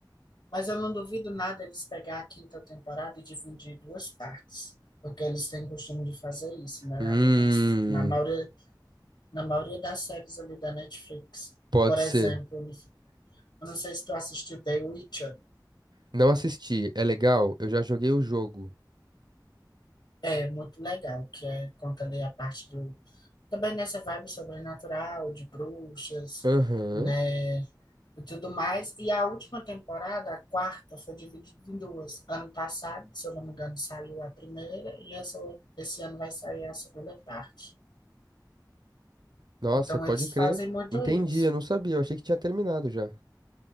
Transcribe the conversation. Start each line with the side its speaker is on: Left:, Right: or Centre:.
Left: Mas eu não duvido nada eles pegar a quinta temporada e dividir em duas partes. Porque eles têm costume de fazer isso, né?
Right: Hum,
Left: Ali nas, na maioria, na maioria das séries ali da Netflix.
Right: Pode
Left: Por exemplo,
Right: ser.
Left: eu não sei se tu assistiu The Witcher.
Right: Não assisti. É legal? Eu já joguei o jogo.
Left: É muito legal, que é, conta ali a parte do também nessa vibe sobrenatural, de bruxas,
Right: Aham.
Left: né? E tudo mais. E a última temporada, a quarta, foi dividida em duas. Ano passado, se eu não me engano, saiu a primeira, e essa, esse ano vai sair a segunda parte.
Right: Nossa,
Left: Então,
Right: pode
Left: eles
Right: crer.
Left: fazem muito
Right: Entendi,
Left: isso.
Right: eu não sabia. Eu achei que tinha terminado já.